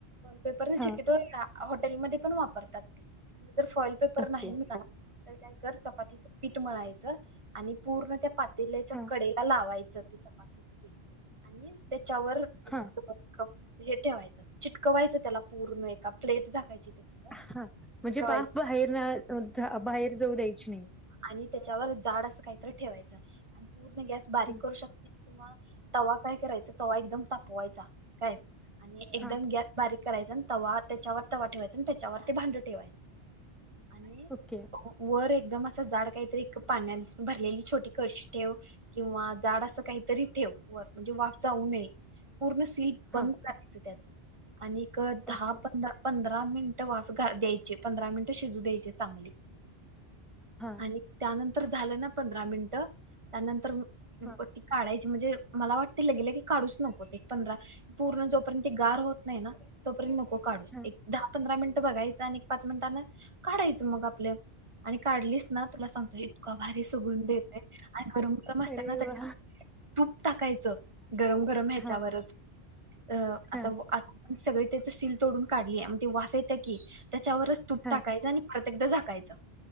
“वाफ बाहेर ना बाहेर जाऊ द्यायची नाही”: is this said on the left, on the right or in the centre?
Centre